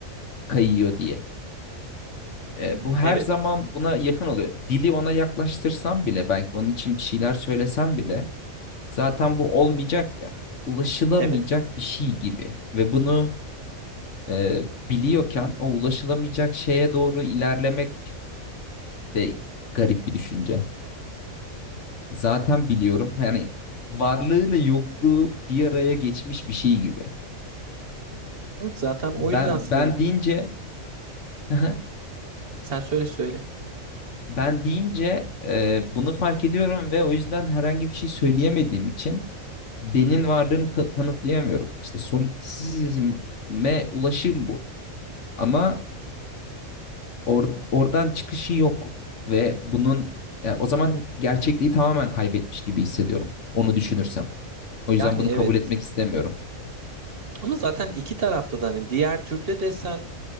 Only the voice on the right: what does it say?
Evet,
evet.
Evet, zaten o
yüzden sanırım.
Sen söyle söyle.
Yani
evet.
Ama zaten iki tarafta da hani diğer türde de sen